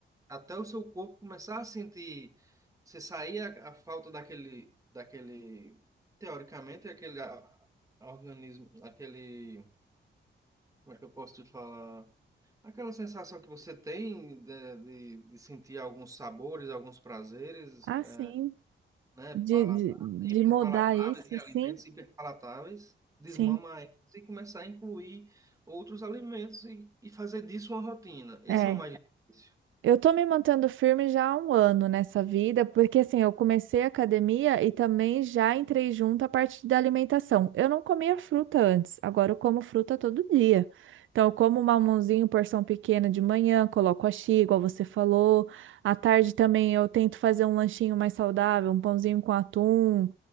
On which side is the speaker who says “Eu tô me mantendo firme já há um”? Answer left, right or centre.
Right